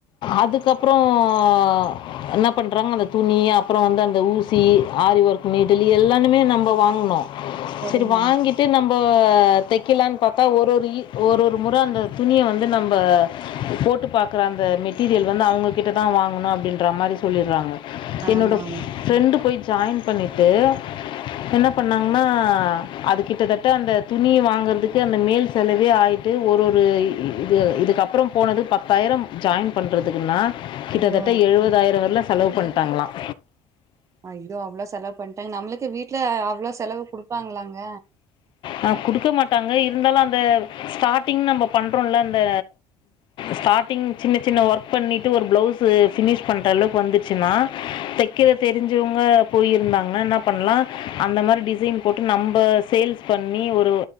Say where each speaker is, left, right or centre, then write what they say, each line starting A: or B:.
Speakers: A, on the left; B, on the right.
A: அதுக்கப்பறம் அப்புறம் நா பண்ணுறாங்க அந்த துணி அப்புறம் வந்து அந்த ஊசி ஆரி ஒர்க் நீடில் எல்லானுமே நம்ம வாங்கினோம்
B: சரிங்க
A: சரி வாங்கிட்டு நம்ம தைக்கலாம்னு பார்த்தா ஒரு ஒரு ஒரு ஒரு முறை அந்த துணியை வந்து நம்ம போட்டு போட்டு பாக்கற அந்த மெட்டீரியல் வந்து அவங்க கிட்ட தான் வாங்கணும் அப்படின்ற மாதிரி சொல்லிடுறாங்க
B: ஆமா
A: என்னோட
B: ஆமா
A: ப்ரெண்டு போய் ஜாயின் பண்ணிட்டு என்ன பண்ணாங்கன்னா அது கிட்டத்தட்ட அந்த துணி வாங்கறதுக்கே அந்த மேல் செலவே ஆகிட்டு ஒரு ஒரு இது இதுக்கப்பபறம் போனது பத்தாயிரம் ஜாயின் பண்ணுறதுக்குன்னா கிட்டத்தட்ட
B: ஓ
A: எழுவதாயிரம் வரல செலவு பண்ணிட்டாங்களாம்
B: ஐயோ அவ்வளவு செலவு பண்ணிட்டாங்க நம்மளுக்கு வீட்டு்ல அவ்வளவு செலவு கொடுப்பாங்களாங்க
A: ஆ குடுக்க மாட்டாங்க இருந்தாலும் அந்த ஸ்டாரிங் நம்ம பண்றோம்ல அந்த ஸ்டாரிங் சின்ன சின்ன ஒர்க் பண்ணிட்டு ஒரு பிளவுஸ் பினிஷ் பண்ற அளவுக்கு வந்துருச்சுனா தைக்க தெரிஞ்சவங்க போயிருந்தாங்கன்னா என்ன பண்ணலாம் அந்த மாரி டிசைன் போட்டு நம்ம சேல்ஸ் இப்ப நீ ஒரு